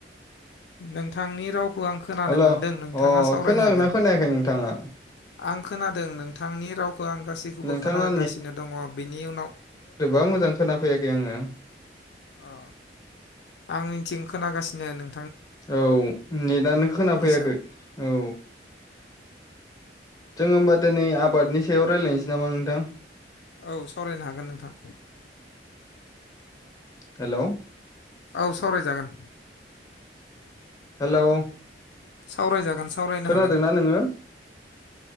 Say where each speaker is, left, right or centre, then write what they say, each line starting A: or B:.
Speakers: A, on the left; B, on the left.
A: नोंथांनि रावखौ आं खोनानो
B: हेलौ
A: मोनदों नोंथांङा
B: अ
A: सावरायनो
B: खोनादोंना
A: हागोन।
B: खोनायाखै नोंथाङा
A: आं खोनादों नोंथांनि रावखौ आं गासैखौबो
B: नोंथांना
A: खोनागासिनो दंङ बेनि उनाव
B: गोबां मोजां खोना फैयाखै आंङो।
A: अ आंनिथिं खोनागासिनो नों
B: औ नेटआनो खोना फैयाखै
A: सायाव
B: औ। जों होमबा दिनै आबादनि सायाव रायज्लायनोसै नामा नोंथां।
A: औ सावरायनो हागोन नोंथां।
B: हेलौ
A: औ सावरायजागोन
B: हेलौ
A: सावरायजागोन सावरायनो
B: खोनादोंना
A: हागोन
B: नोङो